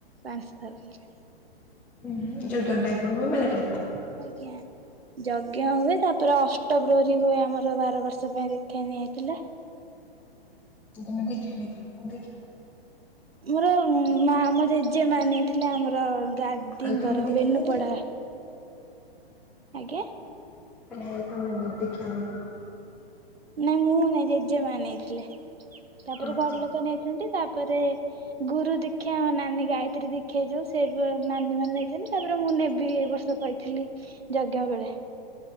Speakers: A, on the right; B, in the centre.
A: ପାଞ୍ଚ ଥର।
B: ହୁଁ ଯଜ୍ଞ ଟାଇପ ର ମେଳା ଟାଇପର।
A: ଆଜ୍ଞା। ଯଜ୍ଞ ହୁଏ ତାପରେ ଅଷ୍ଟ ପ୍ର୍ରହରୀ ହୁଏ ଆମର ବାର ବର୍ଷ ପାଇଁ ଦୀକ୍ଷା ନିଆ ହେଇଥିଲା।
B: ତମେ ଦୀକ୍ଷା ନେଇଥିଲ କି ଦୀକ୍ଷା।
A: ମୋର ମା ଆମ ଜେଜେ ନେଇଥିଲା ଆମର ଆଦିଙ୍କ
B: କହିଲି ତମେ
A: ର
B: ଦୀକ୍ଷା
A: ବେନୁ
B: ନେଇଥିଲ?
A: ପଡ଼ା। ଆଜ୍ଞା।
B: <unintelligible>
A: ନାଇଁ ମୁଁ ନାଇଁ ଜେଜେମା ନେଇଥିଲେ ତାପରେ
B: ଆଚ୍ଛା।
A: ଘର ଲୋକ ନେଇଛନ୍ତି ତା ପ ପରେ ଗୁରୁ ଦିକ୍ଷା ଆମ ନାନୀ ଗାୟତ୍ରୀ ଦୀକ୍ଷା ଯୋଉ ସେ ନାନୀ ମାନେ ଯାଇଥିଲେ ତାପରେ ମୁ ନେବି ଏଇ ବର୍ଷ କହିଥିଲି ଯଜ୍ଞ ବେଳେ।